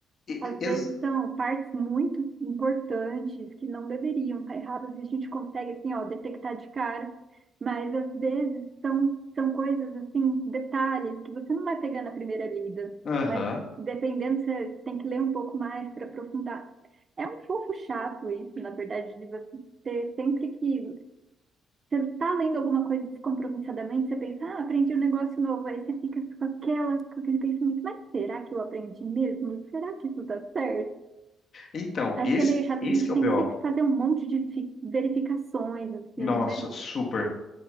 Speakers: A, on the left; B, on the right.
A: E-
B: Às
A: e- ex-
B: vezes são partes muito importantes que não deveriam estar erradas e a gente consegue assim, ó, detectar de cara, mas às vezes são, são coisas assim, detalhes que você não vai pegar na primeira lida,
A: Aham.
B: mas dependendo, você tem que ler um pouco mais para aprofundar. É um pouco chato isso, na verdade, de você ter sempre que você está lendo alguma coisa descompromissadamente, você pensa, ah, aprendi um negócio novo, aí você fica com aquela, com aquele pensamento, mas será que eu aprendi mesmo? Será que isso está certo?
A: Então,
B: Acho
A: esse,
B: que é meio chato,
A: esse
B: a gente
A: que é
B: tem
A: o BO.
B: que sempre fazer um monte de fi- verificações, assim,
A: Nossa,
B: né?
A: super,